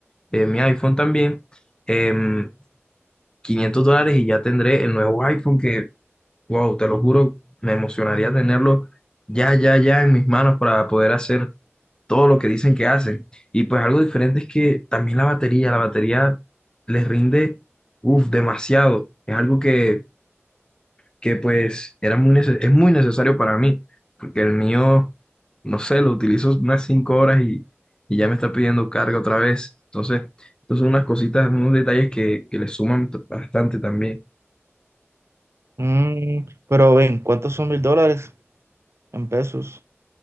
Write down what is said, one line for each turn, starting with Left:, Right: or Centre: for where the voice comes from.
Left: eh, mi iPhone también, em, 500 dólares y ya tendré el nuevo iPhone que Wow, te lo juro, me emocionaría tenerlo ya, ya, ya en mis manos para poder hacer todo lo que dicen que hacen. Y pues algo diferente es que también la batería, la batería les rinde, uff, demasiado. Es algo que, que pues era muy nece- es muy necesario para mí, porque el mío, no sé, lo utilizo unas cinco horas y, y ya me está pidiendo carga otra vez. Entonces, entonces son unas cositas, unos detalles que, que le suman t- bastante también.
Right: mm, pero ven, ¿cuántos son mil dólares en pesos?